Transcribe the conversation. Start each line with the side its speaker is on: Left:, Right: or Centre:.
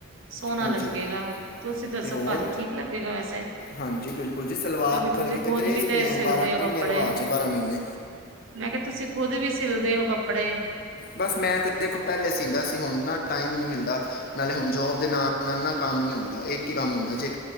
Right: ਸੋਹਣਾ
Left: ਹਾਂਜੀ
Right: ਲੱਗੇਗਾ ਤੁਸੀਂ ਦੱਸੋ
Left: ਤੇ ਹੋਰ
Right: ਭਾਜੀ ਠੀਕ ਲੱਗੇਗਾ ਵੈਸੇ
Left: ਹਾਂਜੀ ਬਿਲਕੁਲ ਜੀ ਸਲਵਾਰ
Right: ਕਿਉਂਕਿ ਤੁਸੀਂ
Left: ਵਰਗੀ ਤੇ
Right: ਖੁਦ
Left: ਗ੍ਰੇਸ
Right: ਵੀ
Left: ਨਹੀਂ
Right: ਤੇ
Left: ਹੈ
Right: ਸਿਲਦੇ ਹੋ ਕੱਪੜੇ
Left: ਮਹੀਨੇ ਰਿਵਾਜ ਹੈ ਮਹੀਨੇ
Right: ਮੈਂ ਕਿਹਾ ਤੁਸੀਂ। ਉਹਦੇ ਵੀ ਸਿਲਦੇ ਹੋ। ਕੱਪੜੇ।
Left: ਬਸ ਮੈਂ ਤੇ ਇਹਦੇ ਕੋਲ ਪਹਿਲੇ ਸੀਦਾ ਸੀ ਹੁਣ ਨਾ ਟਾਈਮ ਹੀ ਨਹੀਂ ਮਿਲਦਾ। ਨਾਲੇ ਹੁਣ ਜੋਬ ਦੇ ਨਾਲ ਨਾਲ ਨਾ ਕੰਮ ਨਹੀਂ ਹੁੰਦਾ। ਇੱਕ ਹੀ ਕੰਮ ਹੁੰਦਾ ਜੇ